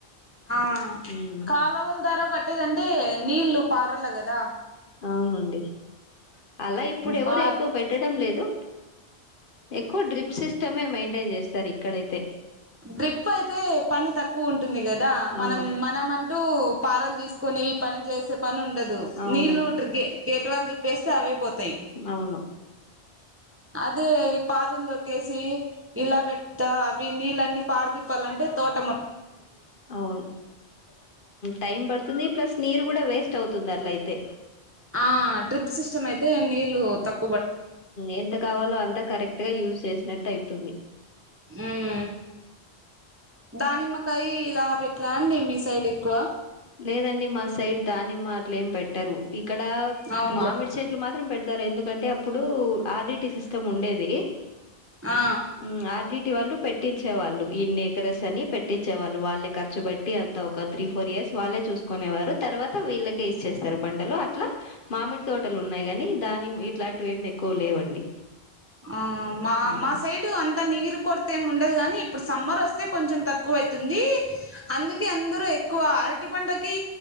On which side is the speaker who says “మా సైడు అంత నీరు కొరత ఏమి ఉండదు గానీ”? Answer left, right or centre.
Right